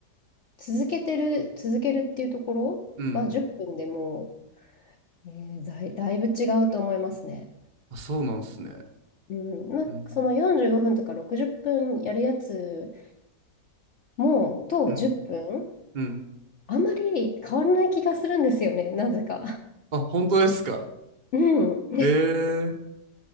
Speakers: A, on the left; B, on the right.
A: 続けてる、続けるっていうところが10分でも
B: うんうん。
A: う、えーだい、だいぶ違うと思いますね。
B: あ、そうなんすね。
A: うん、まあ、
B: うん。
A: その45分とか60分やるやつも、と10分、
B: うん。うん。
A: あまり変わらない気がするんですよね、なぜか。
B: あ、本当ですか。
A: <laughs> うん。
B: へえ。